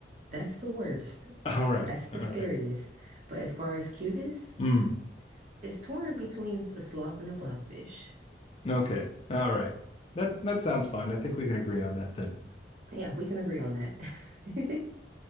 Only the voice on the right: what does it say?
that's the worst.
That's the
scariest. But as far as cutest,
it's torn between the sloth and the blobfish.
Yeah, we can agree on that. <laughs>